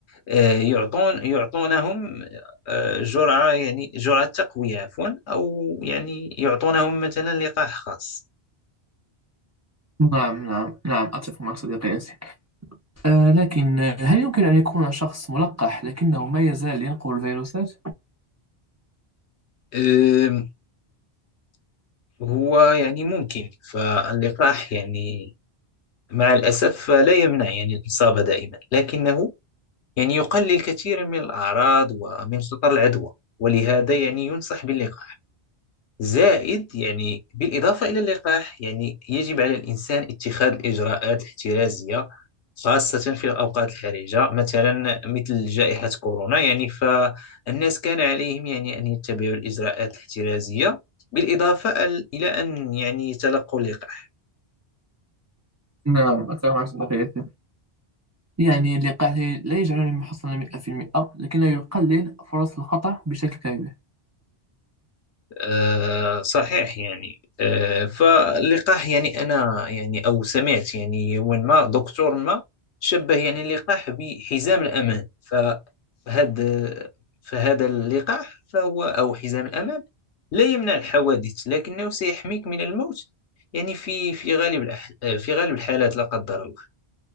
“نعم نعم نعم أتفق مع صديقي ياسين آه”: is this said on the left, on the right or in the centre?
Right